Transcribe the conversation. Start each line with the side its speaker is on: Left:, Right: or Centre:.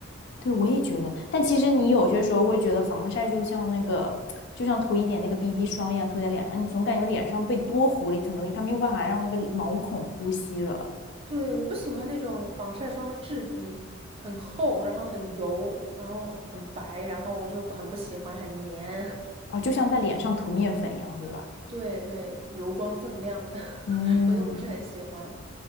Left: 对，我也觉得。但其实你有些时候会觉得防晒就像那个，就像涂一点那个 BB 霜一样涂在脸上，你总感觉脸上被多糊了一层东西，它没有办法让那个毛孔呼吸了。
Right: 对，我不喜欢那种防晒霜的质地很厚，然后很油，然后很白，然后我就很不喜欢，很黏。
Left: 哦，就像在脸上涂面粉一样，对吧？
Right: <laughs> 对对，油光锃亮的，<laughs>
Left: 嗯，
Right: 我就不是很喜欢。